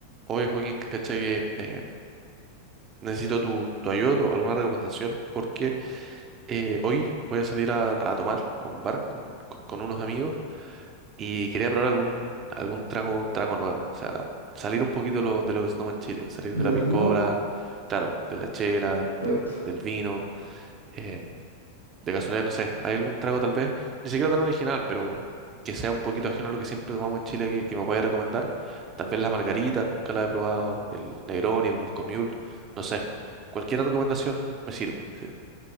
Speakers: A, on the right; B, on the left.
A: Oye, Joaquín, ¿cachai? que, eh, necesito tu, tu ayuda, tu- alguna recomendación, porque eh, hoy voy a salir a, a tomar a un bar con, con- con unos amigos y quería probar algún, algún trago, trago nuevo. O sea, salir un poquito de lo, de lo que se toma en Chile, salir
B: de
A: de la
B: lo
A: piscola,
B: típico.
A: claro, de la chela, del,
B: Perfecto.
A: del vino. eh, de casualidad, no sé, ¿hay algún trago tal vez? Ni siquiera tan original, pero que sea un poquito ajeno a lo que siempre tomamos en Chile que, que me vaya a recomendar. Tal vez las margaritas, nunca las he probado, el Negroni, el Moscow Mule, no sé. Cualquier recomendación me sirve. Sí.